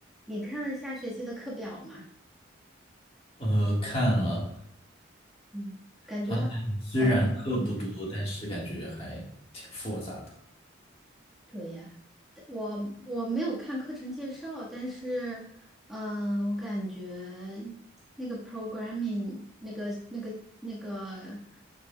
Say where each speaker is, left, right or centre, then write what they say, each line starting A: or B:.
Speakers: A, in the centre; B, on the left.
A: 你看了下学期的课表吗？
B: 呃，看了，
A: 嗯，感觉
B: 发现虽然课不多，
A: 感挺难的
B: 但是感觉还挺复杂的。
A: 对呀，我我没有看课程介绍，但是，嗯、我感觉那个 programming 那个那个那个